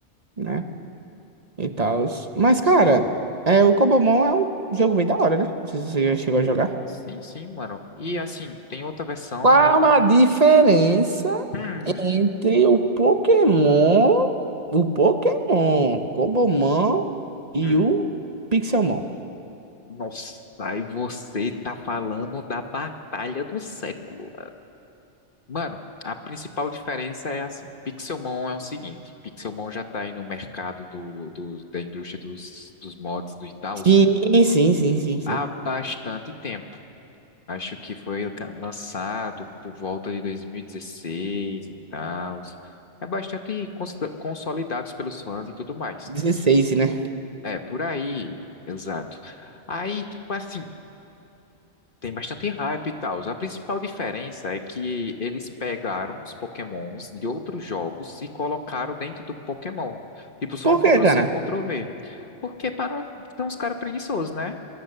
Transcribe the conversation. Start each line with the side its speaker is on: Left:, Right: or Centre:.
Right: né?
Left: Hum,
Right: E tal. Mas, cara,
Left: sei.
Right: é, o Cobomon é um jogo meio da hora, né? Não sei se você já chegou a jogar.
Left: Sim, sim, mano. E assim, tem outra versão,
Right: Qual
Left: né? Tem.
Right: a diferença
Left: Hum,
Right: Entre o Pokémon, o Pokémon, Cobomon e
Left: hum.
Right: o Pixelmon.
Left: Nossa, e você tá falando da Batalha do Século. Mano, a principal diferença é assim, Pixelmon é o seguinte, Pixelmon já tá aí no mercado do, do- da indústria dos, dos mods do Itaús
Right: Sim, sim, sim, sim, sim.
Left: há bastante tempo. Acho que foi ca- lançado por volta de 2016 e dezesseis e tal. É bastante consolida- consolidados pelos fãs e tudo mais.
Right: Dezesseis, né?
Left: É, por aí, exato. Aí, tipo assim, Tem bastante hype e tal. A principal diferença é que eles pegaram os Pokémons de outros jogos e colocaram dentro do Pokémon. Tipo, só
Right: Por
Left: um Ctrl-C,
Right: quê, cara?
Left: Ctrl-V. Porque para não... são os caras preguiçosos, né?